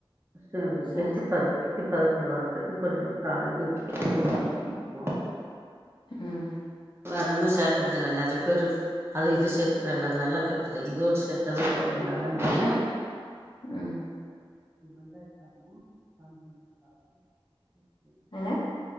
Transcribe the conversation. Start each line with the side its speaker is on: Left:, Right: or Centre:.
Right: சேம்
Left: சரி
Right: கெட்டிப்பத
Left: சரி
Right: ட்டிபதத்துல வரதுக்கு கொஞ்சோ கா இது கல்லப்பருப்பு
Left: ம்
Right: அ வேற ஒன்னும் சேக்கறதில்ல நெறைய பேரு அது இது சேத்துக்கறாங்க அது நல்லா இருக்கறதில்ல இதோடு சேத்தாவே போதும் நல்லான்ச்சி
Left: ம்
Right: வெங்காய காரமு காஞ்ச மிளகா காரமு டேஸ்ட்டு
Left: என்ன